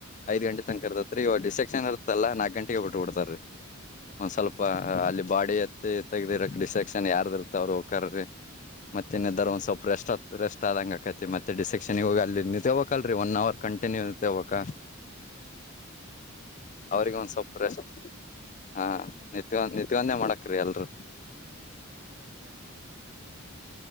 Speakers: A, on the left; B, on the right.
A: ಐದ ಗಂಟೆ
B: ಹ್ಮ್
A: ತನಕರ್ತತ್ರಿ ಈ ಡಿಸ್ಟೆಕ್ಷನ್ ಇರತ್ತಲ್ಲಾಕ್ ಗಂಟೆಗೆಗ್ ಬಿಟ್ಟುಬಡ್ತ ರೀ
B: ಓಕೆ
A: ಒಂದ್ ಸ್ವಲ್ಪ
B: ಓಕೆ
A: ಅಲ್ಲಿ ಬಾಡಿ ಮತ್ತ ತೆಗ್ದಿ ರಕ್ಡಿಸೆಕ್ಷನ್ ಯಾರ ಇರ್ತ ಅವ್ರರು ಹಕ್ರರಿ ಮತ್ತೆ ಇನ್ನದಾರ
B: ಹೂ ರೀ
A: ಒಂದ ಸ್ವಲ್ಪ ರೆಸ್ಟ್ ರೆಸ್ಟ್ ಆದಂಗ ಆಕೈತಿ ಮತ್ತೆ ಡಿಸೆಕ್ಷನ್ಗ ಹೋಗ ಅಲ್ಲಿ ತೇವಕಲ್ರರಿ ಒನ್ ಅವರ್ ಕಂಟಿನ್ಯೂ ಇವಕ
B: ಓಕೆ ಓಕೆ ನಿತ್ಕೊಂಡೆ
A: ಅವ್ರಿಗೆ ಒಂದ್
B: ಮಾಡ್ಬೇಕಲ್ರರಿ
A: ಸ್ವಲ್ಪ ರೆಸ್ಟ್ ಹಾ
B: ಹ್ಮ್
A: ನಿತ್ಕೊಂಡ್ ನಿತ್ಕೊಂಡೆ ಮಾಡಕ್ರಿ ಎಲ್ರು
B: ನಿಂಬಳ ಹೆಂಗ rule number rule number I ಸರಿ ಅ್ದು